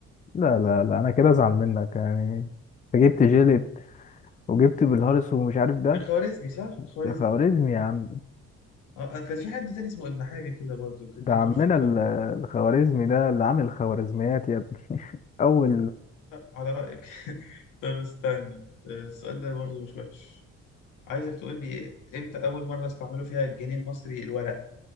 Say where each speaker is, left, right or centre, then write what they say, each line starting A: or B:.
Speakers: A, on the left; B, on the left.
A: لا لا لا أنا كده أزعل منك يعني أنت جبت جيلد وجبت بالهارس ومش عارف ده
B: الخوارزمي صح؟ الخوارزمي
A: يا خوارزمي يا عم
B: آه... آه، كان في حد تاني اسمه ابن حاجة كده برضه كان
A: ده
B: ليه
A: عمنا
B: دور في الجبر
A: ال- الخوارزمي ده اللي عامل الخوارزميات يا ابني أول
B: لا على رأيك <laughs> طب استنى آه، السؤال ده برضو مش وحش عايزك تقول لي امتى أول مرة استعملوا فيها الجنيه المصري الورق